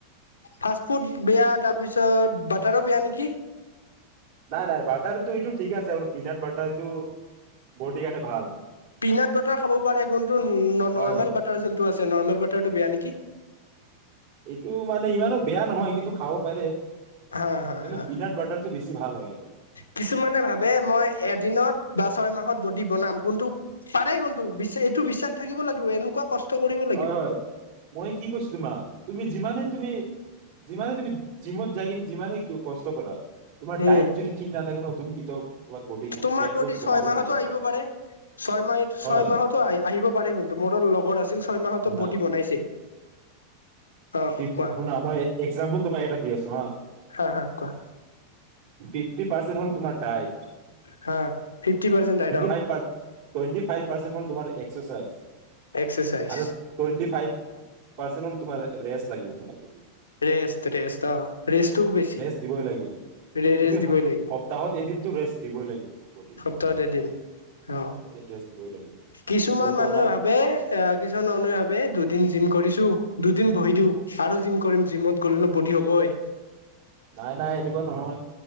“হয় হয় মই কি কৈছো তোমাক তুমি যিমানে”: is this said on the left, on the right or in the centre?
Right